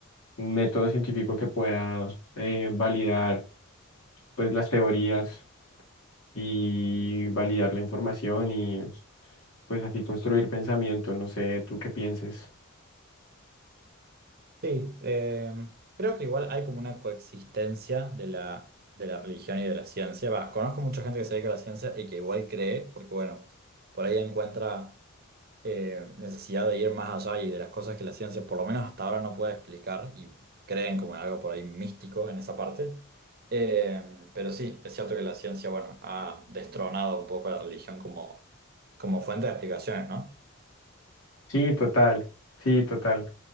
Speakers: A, on the left (about 80°); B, on the right (about 45°).
A: un método científico que pueda eh, validar pues las teorías y validar la información y pues así construir pensamiento, no sé, tú qué pienses.
B: Sí, eh, creo que igual hay como una coexistencia de la, de la religión y de la ciencia. Va, conozco mucha gente que se dedica a la ciencia y que igual cree, porque bueno, por ahí encuentra eh, necesidad de ir más allá y de las cosas que la ciencia por lo menos hasta ahora no puede explicar y creen como en algo por ahí místico en esa parte. Eh, pero sí, es cierto que la ciencia, bueno, ha destronado un poco a la religión como, como fuente de explicaciones, ¿no?
A: Sí, total, sí, total.